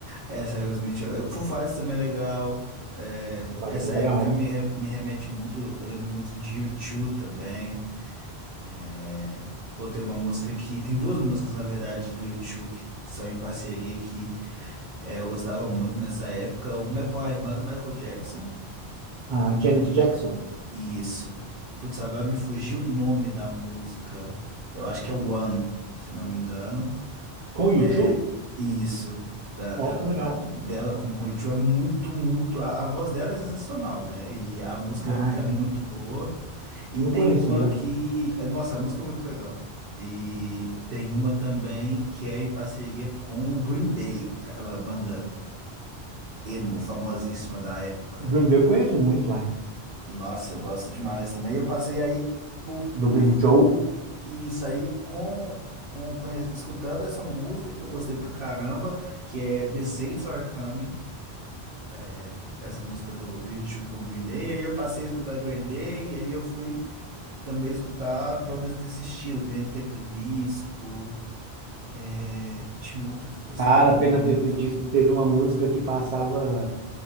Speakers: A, on the right; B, on the right.
A: Essa é Aerosmith. eu- eu- Foo Fighters também é legal. É,
B: Foo Fighter
A: essa
B: é
A: época
B: legal.
A: me, re- me remete muito. Eu lembro muito de U2 também. É, pô, tem uma música que. Tem duas músicas, na verdade, do U2 que são em parceria que é, eu gostava muito nessa época. Uma é com a irmã do Michael Jackson.
B: Ah, Janet Jackson,
A: Isso. Putz, agora me fugiu o nome da música. Eu acho que é One, se eu não me engano.
B: com U2?
A: É isso da,
B: Ó,
A: da,
B: que
A: da-
B: legal.
A: dela com com o u é muito, muito. A, a voz dela é sensacional, né? E a música
B: Ah,
A: é,
B: é.
A: é muito boa. E
B: Não
A: tem
B: conhecia.
A: uma que. é, Nossa, a música é muito legal. E tem uma também que é em parceria com o Green Day, aquela banda emo famosíssima da época.
B: Green Day eu conheço muito, vai.
A: Nossa, eu gosto demais também. Eu passei aí por,
B: Do
A: por
B: Billy Joel.
A: E isso aí, com, com, conhe- escutando essa música que eu gostei pra caramba, que é The Saints Are Coming, é, essa música do, do U2 com o Green Day, aí eu passei a escutar Green Day, e aí eu fui também escutar bandas desse estilo, Panic! At the Disco, é, tinha uma outra que eu gostava
B: Cara,
A: muito.
B: pena ter, ter disso que teve uma música que passava